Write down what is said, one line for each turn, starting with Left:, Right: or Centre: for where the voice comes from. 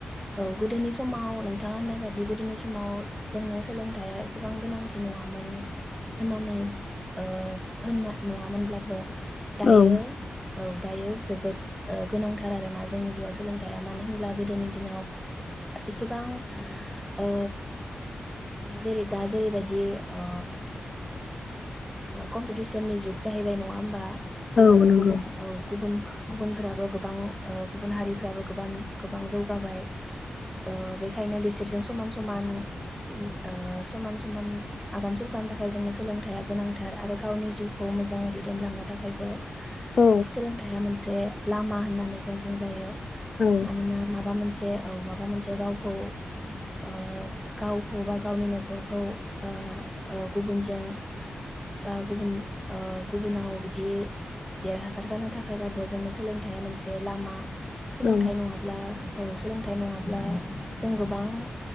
Centre: औ गोदोनि समाव नोंथाङा होननाय बायदि गोदोनि समाव जोंनो सोलोंथाइया एसेबां गोनांथि नङामोन होननानै ओ होनना नङामोनब्लाबो दायो
Left: औ
Centre: औ दायो जोबोद ओ गोनांथार आरोना जोंनि जिउआव सोलोंथाइया। मानो होनब्ला गोदोनि दिनाव इसेबां ओ माने जेरै दा जेरैबायदि बि ओ कमपिटिसननि जुग जाहैबाय नङा होमबा? ओ
Left: औ नंगौ
Centre: गुबुन औ गुबुन गुबुनफ्राबो गोबां ओ गुबुन हारिफ्राबो गोबां- गोबां जौगाबाय ओ बेखायनो बिसोरजों समान- समान बि ओ समान- समान आगान सुरफानो थाखाय जोंनो सोलोंथाइया गोनांथार आरो गावनि जिउखौ मोजाङै दैदेनलांनो थाखायबो
Left: औ
Centre: सोलोंथाइया मोनसे लामा होननानै होननानै जों बुंजायो ।
Left: औ
Centre: मानोना माबा मोनसे औ माबा मोनसे गावखौ ओ गावखौ बा गावनि नखरखौ बा ओ गुबुनजों बा गुबुन ओ गुबुनाव बि बिदि देरहासार जानो थाखायबाबो जोंनो सोलोंथाइआ मोनसे लामा सोलोंथाइ
Left: औ
Centre: नङाब्ला औ सोलोंथाइ नङा ब्ला जों गोबां